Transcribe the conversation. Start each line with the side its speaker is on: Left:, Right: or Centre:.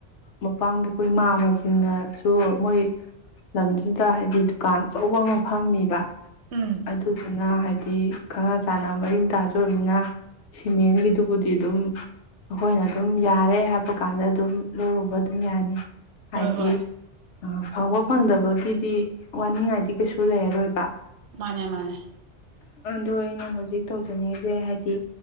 Left: ꯃꯄꯥꯝꯒꯤ ꯑꯩꯈꯣꯏ ꯏꯃꯥ ꯑꯃꯁꯤꯡꯅꯁꯨ ꯃꯣꯏ ꯂꯝꯗꯨꯗ ꯍꯥꯏꯕꯗꯤ ꯗꯨꯀꯥꯟ ꯑꯆꯧꯕ ꯑꯃ ꯐꯝꯃꯤꯕ
Right: ꯎꯝ
Left: ꯑꯗꯨ ꯑꯗꯨꯅ ꯍꯥꯏꯗꯤ ꯈꯪꯉ ꯆꯥꯟꯅ ꯃꯔꯤ ꯇꯥꯖꯕꯅꯤꯅ ꯁꯤꯃꯦꯟꯒꯤꯗꯨꯕꯨꯗꯤ ꯑꯗꯨꯝ ꯑꯩꯈꯣꯏꯅ ꯑꯗꯨꯝ ꯌꯥꯔꯦ ꯍꯥꯏꯕ ꯀꯥꯟꯗ ꯑꯗꯨꯝ ꯂꯧꯔꯨꯕ ꯑꯗꯨꯝ ꯌꯥꯅꯤ ꯍꯥꯏꯗꯤ
Right: ꯍꯣꯏ ꯍꯣꯏ
Left: ꯑ ꯐꯪꯕ ꯐꯪꯗꯕꯒꯤꯗꯤ ꯋꯥꯅꯤꯡꯉꯥꯏꯗꯤ ꯀꯩꯁꯨ ꯂꯩꯔꯔꯣꯏꯕ
Right: ꯃꯥꯅꯦ ꯃꯥꯅꯦ
Left: ꯑꯗꯣ ꯑꯩꯅ ꯍꯧꯖꯤꯛ ꯇꯧꯖꯅꯤꯡꯉꯤꯁꯦ ꯍꯥꯏꯗꯤ